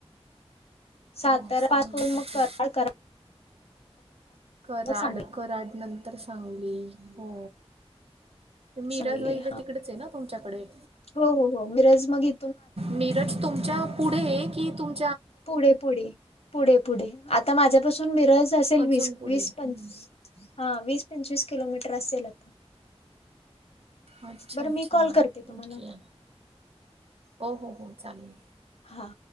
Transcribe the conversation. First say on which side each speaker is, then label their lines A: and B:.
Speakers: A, on the left; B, on the right.
A: सातरा
B: हो सांगली
A: पास करून मग
B: ओके
A: करार क
B: कराड
A: मग सांगली
B: कराड नंतर सांगली हो. मिराज
A: सांगली
B: वगैरे तिकडेच आहे ना तुमच्याकडे?
A: हो हो हो मीराज मग ई
B: मिरज तुमच्या पुढे की तुम
A: पुढे पुढे पुढे पुढे आता माझ्यापासून मिरज असेल
B: अजून
A: वीस
B: पुढे.
A: वीस पंचवी
B: हम्म.
A: हा वीस पंचवीस किलोमीटर असेल आता.
B: अच्छा
A: बरं
B: अच्छा
A: मी कॉल करते तुम्हाला
B: ओके
A: आता
B: हो हो हो चालेल.
A: हां.